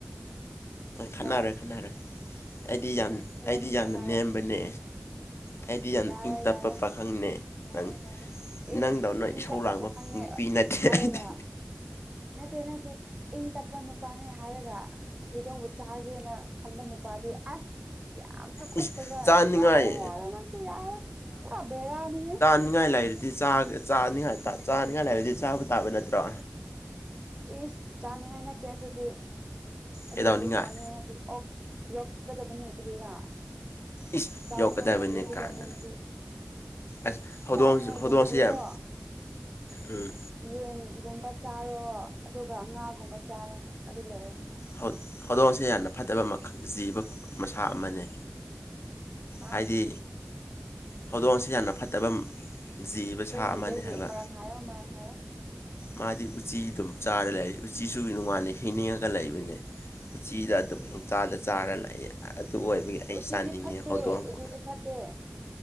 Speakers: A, on the left (about 70°); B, on the right (about 25°).
A: ꯈꯠꯅꯔꯦ
B: ꯍꯣꯏ
A: ꯈꯠꯅꯔꯦ ꯑꯩꯗꯤ ꯌꯥꯝ
B: ꯏꯕꯥꯅꯤ
A: ꯑꯩꯗꯤ ꯌꯥꯝꯅ
B: ꯈꯠꯅꯔꯦ
A: ꯅꯦꯝꯕꯅꯦ ꯑꯩꯗꯤ ꯌꯥꯝꯅ
B: ꯌꯥꯔꯦ
A: ꯏꯪ ꯇꯞꯄ
B: ꯌꯥꯔꯦ
A: ꯄꯥꯈꯪꯅꯦ ꯅꯪ
B: ꯏꯁ
A: ꯅꯪꯗꯧꯅ
B: ꯏꯪ
A: ꯏꯁꯧ
B: ꯇꯞꯄ
A: ꯂꯥꯡꯕ
B: ꯄꯥꯈꯪꯅꯦ
A: ꯅꯨꯄꯤ ꯅꯠꯇꯦ
B: ꯍꯥꯏꯔꯒ
A: ꯑꯩꯗꯤ
B: ꯅꯠꯇꯦ ꯅꯠꯇꯦ ꯏꯪ ꯇꯞꯄ ꯅꯨꯄꯥꯅꯦ ꯍꯥꯏꯔꯒ ꯍꯧꯗꯣꯡꯕꯨ ꯆꯥꯒꯦꯅ ꯈꯟꯕ ꯅꯨꯄꯥꯗꯤ ꯑꯁ ꯀꯌꯥꯝꯁꯨ ꯐꯠꯇꯕ
A: ꯏꯁ ꯆꯥꯅꯤꯡꯉꯥꯏ
B: ꯌꯥꯔꯔꯣꯢ ꯌꯥꯔꯔꯣꯢ ꯅꯪꯁꯦ ꯌꯥꯔꯔꯣꯢ ꯄꯨꯔꯥ ꯕꯦꯔꯥꯅꯤꯍꯦ
A: ꯅꯤꯡꯉꯥꯏ ꯂꯩꯔꯗꯤ ꯆꯥꯖꯦ ꯆꯥꯅꯤꯡꯉꯥꯏꯇ ꯆꯥꯅꯤꯡꯉꯥꯏ ꯂꯩꯥꯔꯗꯤ ꯆꯥꯕ ꯇꯥꯕ ꯅꯠꯇ꯭ꯔꯣ
B: ꯏꯁ ꯆꯥꯅꯤꯡꯉꯥꯏ ꯅꯠꯇꯦ ꯑꯗꯨꯗꯤ ꯑꯗꯨꯕꯨꯗꯤ
A: ꯀꯩꯗꯧꯅꯤꯡꯉꯥꯏ
B: ꯆꯥꯅꯤꯉꯗꯤ ꯑꯣꯛ ꯌꯣꯛꯀꯗꯕꯅꯦ ꯀꯔꯤꯔꯥ
A: ꯏꯁ
B: ꯆꯥꯅꯤꯡꯉꯥꯏ
A: ꯌꯣꯛꯀꯗꯕꯅꯤ
B: ꯅꯠꯇꯦ ꯍꯨꯏꯗꯣꯡꯒꯨꯝꯕꯗꯤ
A: ꯀꯥꯏꯅ ꯑꯁ ꯍꯧꯗꯣꯡ
B: ꯆꯥꯅꯤꯡꯉꯥꯏꯒꯨꯝꯕꯗꯤꯀꯣ
A: ꯍꯧꯗꯣꯡꯁꯦ ꯌꯥꯝ ꯎꯝ
B: ꯌꯦꯟꯒꯨꯝꯕ ꯆꯥꯔꯣ ꯑꯗꯨꯒ ꯉꯥꯒꯨꯝꯕ ꯆꯥꯔꯣ ꯑꯗꯨ ꯂꯣꯏꯔꯦ
A: ꯍꯧꯠ ꯍꯧꯗꯣꯡꯁꯦ ꯌꯥꯝꯅ ꯐꯠꯇꯕ ꯃꯈ ꯖꯤꯕ ꯃꯁꯥ ꯑꯃꯅꯦ
B: ꯍꯥ
A: ꯍꯥꯏꯗꯤ ꯍꯧꯗꯣꯡ ꯑꯁꯤ ꯌꯥꯝꯅ ꯐꯠꯇꯕꯝ ꯖꯤꯕ
B: ꯀꯩꯒꯤ
A: ꯁꯥ ꯑꯃꯅꯦ
B: ꯀꯩꯒꯤ
A: ꯍꯥꯏꯕ
B: ꯃꯔꯝ ꯍꯥꯏꯌꯣ ꯃꯔꯝ ꯍꯥꯏꯌꯣ
A: ꯃꯥꯗꯤ ꯎꯆꯤ ꯑꯗꯨꯝ ꯆꯥꯔ ꯂꯩ ꯎꯆꯤꯁꯨ ꯅꯨꯡꯉꯥꯢꯅ ꯍꯤꯡꯅꯤꯡꯉꯒ ꯂꯩꯕꯅꯦ ꯎꯆꯤꯗ
B: ꯏꯁ
A: ꯑꯗꯨꯛ ꯄꯪꯆꯥꯗ ꯆꯥꯔ ꯂꯥꯢꯌꯦ ꯑꯥ ꯑꯗꯨ ꯑꯣꯏꯕꯒꯤ ꯑꯩ
B: ꯎꯆꯤꯗꯤ
A: ꯆꯥꯅꯤꯡꯉꯦ
B: ꯐꯠꯇꯦ
A: ꯍꯧꯗꯣꯡꯕꯨ
B: ꯎꯆꯤꯗꯤ ꯐꯠꯇꯦ